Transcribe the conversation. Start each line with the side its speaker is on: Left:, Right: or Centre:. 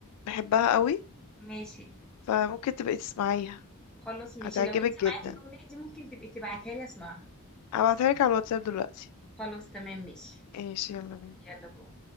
Left: بحبها قوي
Centre: ماشي
Left: فممكن تبقي تسمعيها
Centre: خلاص ماشي
Left: هتعجبك
Centre: لو انت معاكي
Left: جدا
Centre: الاغنيه دي ممكن تبقي تبعتها لي اسمعها
Left: هبعتها لك على الواتساب دلوقتي
Centre: خلاص تمام ماشي
Left: ايش يلا بينا
Centre: يلا باي